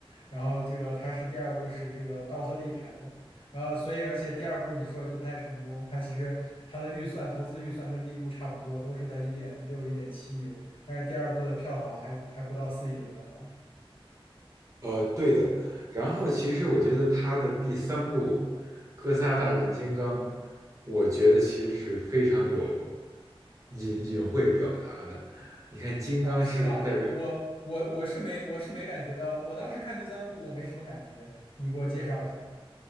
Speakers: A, on the left; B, on the right.
A: 然后这个他是第二部是这个道贺地拍的，然后所以而且第二部你说的就不太成功，他其实他的预算投资预算跟第一部差不多，都是在一点六一点七亿，但是第二部的票房还还不到四亿的票房。
B: 呃，对的。然后其实我觉得他的第三部《哥斯拉大战金刚》，我觉得其实是非常有隐隐晦表达的。你看，金刚其实代表
A: 哦，是吗？这我我我是没我是没感觉到，我当时看第三部我没什么感觉，你给我介绍一下。